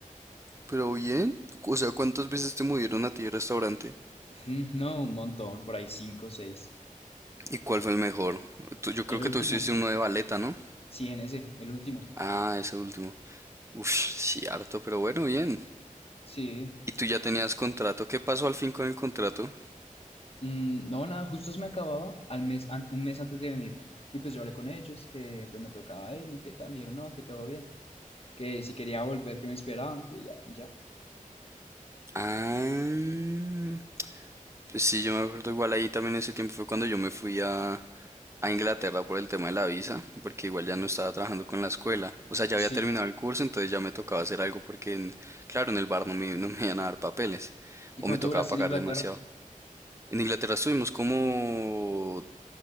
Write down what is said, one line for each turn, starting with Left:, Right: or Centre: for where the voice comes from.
Right: Pero bien, o sea, ¿cuántas veces te movieron a ti el restaurante?
Left: <laughs> No, un montón, por ahí cinco, seis.
Right: ¿Y cuál fue el mejor? Tú- yo
Left: El
Right: creo que
Left: último,
Right: tú hiciste uno de baleta, ¿no?
Left: sí, en ese, el último.
Right: Ah, ese último. Uff, sí, harto, pero bueno, bien.
Left: Sí.
Right: ¿Y tú ya tenías contrato? ¿Qué pasó al fin con el contrato?
Left: Mm, no, nada, justo se me acababa al mes, an- un mes antes de venirme. Y pues yo hablé con ellos, que pues me tocaba irme, que tal, me dijeron, no, que todo bien, que si quería volver, que me esperaban, que ya, y ya.
Right: Ah, Pues sí, yo me acuerdo igual ahí también ese tiempo fue cuando yo me fui a, a Inglaterra por el tema de la visa, porque igual ya no estaba trabajando con la escuela. O sea, ya
Left: Sí.
Right: había terminado el curso, entonces ya me tocaba hacer algo porque, en- claro, en el bar no me, no me iban a dar papeles
Left: ¿Y
Right: o
Left: cuánto
Right: me tocaba
Left: duraste
Right: pagar
Left: en Inglaterra?
Right: demasiado. En Inglaterra estuvimos como